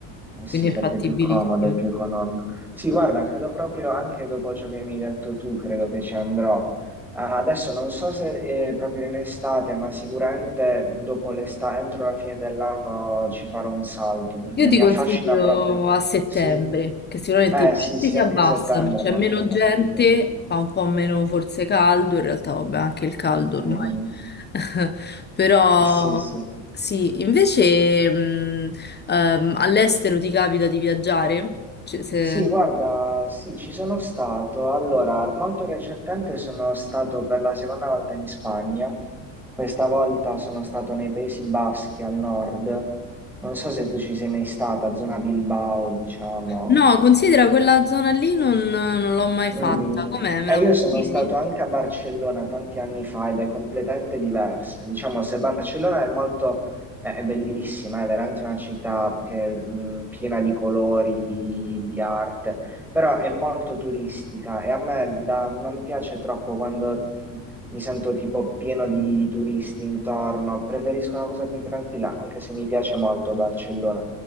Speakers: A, in the centre; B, on the left.
A: Eh
B: quindi
A: sì,
B: è
A: perché
B: fattibilissimo.
A: è più comodo, è più economico. Sì, guarda, credo proprio anche dopo ciò che mi hai detto tu, credo che ci andrò. Ah, adesso non so se eh, proprio in estate, ma sicuramente dopo l'estate, entro la fine dell'anno ci farò un salto, perché
B: Io ti
A: mi
B: Eh, consiglio
A: affascina proprio.
B: a settembre,
A: Sì?
B: che sicuramente
A: Eh
B: i prezzi
A: sì, sì,
B: si
A: anche
B: abbassano,
A: settembre
B: c'è
A: è molto
B: meno
A: fattibile.
B: gente, fa un po' meno forse caldo, in realtà vabbè anche il caldo
A: Mm,
B: ormai,
A: mm.
B: <laughs> però
A: Eh, Sì, sì.
B: sì, invece mh, ehm, all'estero ti capita di viaggiare? Cioè, se-
A: Sì, guarda, sì, ci sono stato. Allora, molto recentemente sono stato per la seconda volta in Spagna. Questa volta sono stato nei Paesi Baschi al nord. Non so se tu ci sei mai stata, zona Bilbao, diciamo.
B: No, considera quella zona lì non, non l'ho mai fatta,
A: Mm, mm.
B: com'è? Me
A: Eh,
B: la
A: io
B: consigli?
A: sono stato anche a Barcellona tanti anni fa ed è completamente diversa. Diciamo, se Barcellona è molto, è è bellissima, è veramente una città che è mm, piena di colori, di, di arte, però è molto turistica e a me da- non piace troppo quando mm, mi sento tipo pieno di, di turisti intorno. Preferisco una cosa più tranquilla, anche se mi piace molto Barcellona.